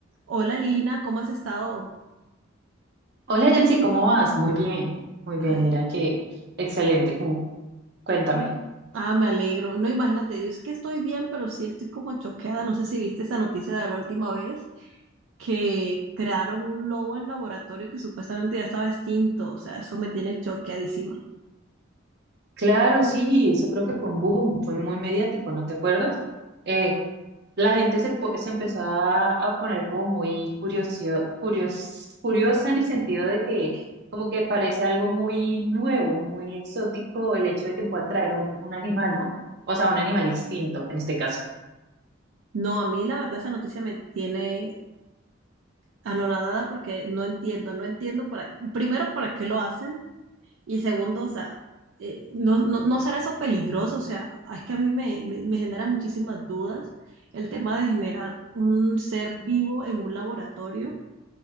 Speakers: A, on the right; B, on the right.
A: Hola Lina, ¿cómo has estado?
B: Hola Yancy, ¿cómo vas? Muy bien, muy
A: Ay,
B: bien, mira que excelente, cu- cuéntame.
A: ah, me alegro. No, imagínate, yo es que estoy bien, pero sí estoy como choqueada. No sé si viste esa noticia de la última vez, que crearon un lobo en laboratorio que supuestamente ya estaba extinto. O sea, eso me tiene choqueadísima.
B: Claro, sí, eso creo que fue un boom, fue muy mediático, ¿no te acuerdas? Eh, la gente se, po- se empezó a, a poner como muy curioso, curios, curiosa en el sentido de que
A: Sí.
B: como que parece algo muy nuevo, muy exótico el hecho de que puedan traer un, un animal, ¿no? O sea, un animal extinto en este caso.
A: No, a mí la verdad esa noticia me tiene anonadada porque no entiendo, no entiendo para, primero, para qué lo hacen. Y segundo, o sea, eh, no, no, ¿no será eso peligroso? O sea, es que a mí me, me, me genera muchísimas dudas el tema de generar un ser vivo en un laboratorio